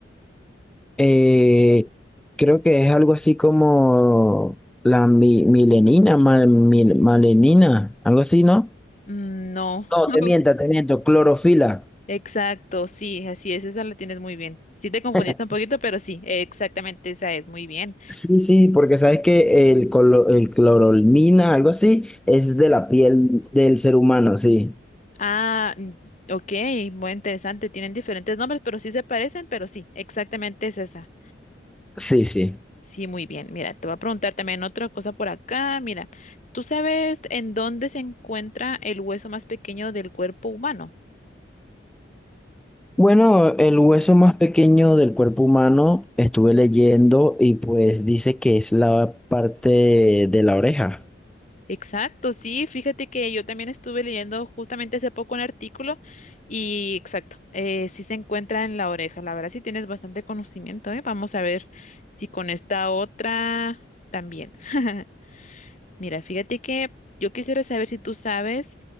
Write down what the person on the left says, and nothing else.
Mm, No,
<laughs>
exacto, sí, así es, esa la tienes muy bien. Sí te confundiste
un poquito, pero sí, exactamente esa es, muy bien.
Ah, mm, ok, muy interesante, tienen diferentes nombres, pero sí se parecen, pero sí, exactamente es esa.
Sí, muy bien. Mira, te voy a preguntar también otra cosa por acá. Mira, ¿tú sabes en dónde se encuentra el hueso más pequeño del cuerpo humano?
Exacto, sí, fíjate que yo también estuve leyendo justamente hace poco un artículo y exacto, eh, sí se encuentra en la oreja, la verdad sí tienes bastante conocimiento, ¿eh? Vamos a ver si con esta otra también. <laughs> Mira, fíjate que yo quisiera saber si tú sabes